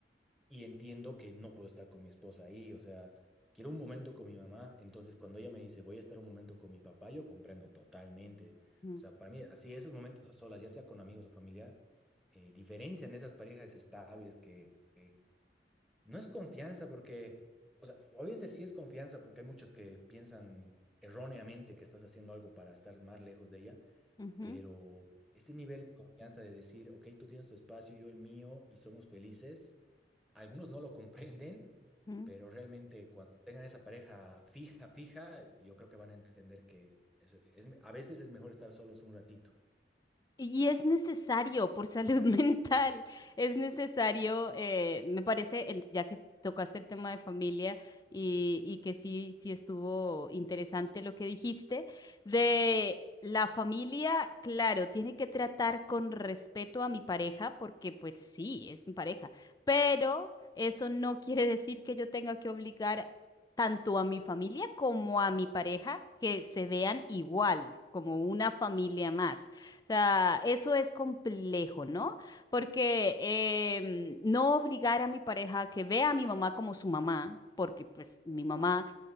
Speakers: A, in the centre; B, on the left (about 20°).
A: y entiendo que no puedo estar con mi esposa ahí, o sea, quiero un momento con mi mamá, entonces cuando ella me dice, voy a estar un momento con mi papá, yo comprendo totalmente.
B: Mm.
A: O sea, para mí, así esos momentos a solas, ya sea con amigos o familia, eh, diferencian esas parejas estables que que no es confianza porque, o sea, obviamente sí es confianza porque hay muchas que piensan erróneamente que estás haciendo algo para estar más lejos de ella,
B: Ujú.
A: pero ese nivel de confianza de decir, ok, tú tienes tu espacio, yo el mío y somos felices algunos no lo comprenden,
B: Ujú.
A: pero realmente cuando tengan esa pareja fija, fija, yo creo que van a entender que es- es- a veces es mejor estar solos un ratito.
B: Y es necesario por salud <laughs> mental, es necesario, eh, me parece, el- ya que tocaste el tema de familia y, y que sí, sí estuvo interesante lo que dijiste, de la familia, claro, tiene que tratar con respeto a mi pareja, porque pues sí, es mi pareja, pero eso no quiere decir que yo tenga que obligar tanto a mi familia como a mi pareja que se vean igual, como una familia más sea, eso es complejo, ¿no? Porque em, no obligar a mi pareja a que vea a mi mamá como su mamá, porque pues mi mamá,